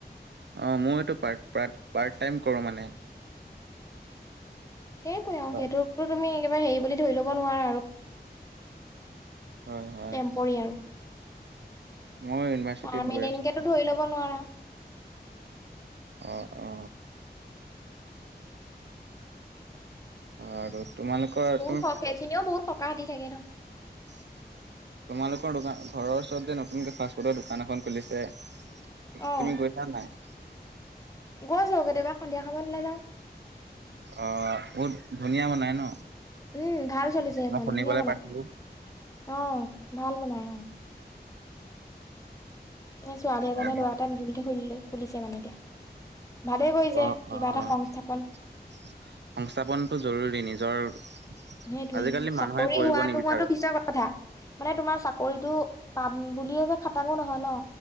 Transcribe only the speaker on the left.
সেইবোৰে আও
সেইটো তুমি হেৰি বুলি ধৰি লব নোৱাৰা আৰু
টেম্পৰি আৰু
পাৰমিন
এনকেতো
ধৰি লব নোৱাৰা।
বহুত
সক এইখিনিও বহুত সকাহ দি থাকে ন।
অ
গৈছো কেতিয়াবা সন্ধিয়া সময়ত ওলায় যাও।
উম, ভাল চলিছে সেইখন
ধুনীয়া বনাই
অহ ভাল বনাই আহ। এ ছোৱালী এজীয়ে
ল'ৰাটা নুনকে খ খুলিছে মানে এতিয়া ভালেই কৰিছে
কিবা
এটা সংস্থাপন
সেইটোয়ে
চাকৰি
হোৱাটো
হো পিছৰ কথা মানে তোমাৰ চাকৰিতটো পাম বুলিয়ে যে খাটাঙো নহয় ন